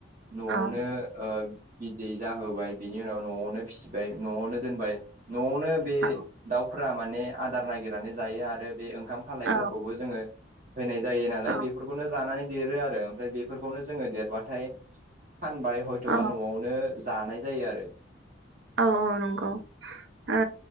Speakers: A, on the right (about 45°); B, on the right (about 70°).
A: न'आवनो
B: औ
A: ओ बि बिदै जाहोबाय बिनि उनाव न'आवनो फिसिबाय न'आवनो दोनबाय न'आवनो बे
B: औ
A: दाउ फ्रा माने आदार नागिरनानै जायो आरो बे ओंखाम खालायफोरखौबो
B: औ
A: जोङो होनाय जायो नालाय
B: औ
A: बेफोरखौनो जानानै देरो आरो ओमफ्राय बेफोरखौनो जोङो देरबाथाय फानबाय हयथ'बा
B: औ
A: न'आवनो जानाय जायो आरो।
B: औ औ नंगौ ओ